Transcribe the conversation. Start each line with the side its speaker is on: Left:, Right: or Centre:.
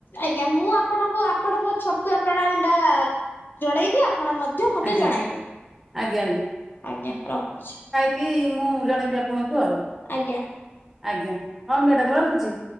Left: ଆଜ୍ଞା ମୁଁ ଆପଣଙ୍କୁ ଆପଣଙ୍କ ଛତୁଆ ପ୍ରଣାଳୀ ଟା ଜଣେଇବି। ଆପଣ ମଧ୍ୟ ମତେ
Centre: ଆଜ୍ଞା
Left: ଜଣାଇବେ,
Centre: ଆଜ୍ଞା
Left: ଆଜ୍ଞା ରଖୁଛି।
Centre: କି ମୁଁ ଜଣେଇବି ଆପଣଙ୍କୁ ଆଉ।
Left: ଆଜ୍ଞା।
Centre: ଆଜ୍ଞା ହଁ ମ୍ୟାଡ଼ାାମ ରଖୁଚି।